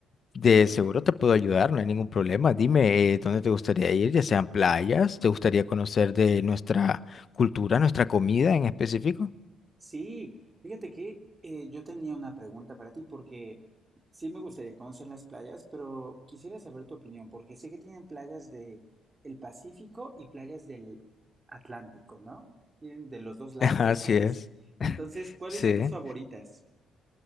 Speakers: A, on the left (about 50°); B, on the right (about 30°).
A: de seguro te puedo ayudar, no hay ningún problema. Dime, eh, ¿dónde te gustaría ir? Ya sean playas, ¿te gustaría conocer de nuestra cultura, nuestra comida en específico?
B: Sí, fíjate que eh, yo tenía una pregunta para ti porque sí me gustaría conocer las playas, pero quisiera saber tu opinión porque sé que tienen playas del Pacífico y playas del Atlántico, ¿no? Tienen de los dos
A: <laughs>
B: lados
A: Así
B: del país.
A: es.
B: Entonces, ¿cuáles
A: Sí,
B: son tus favoritas?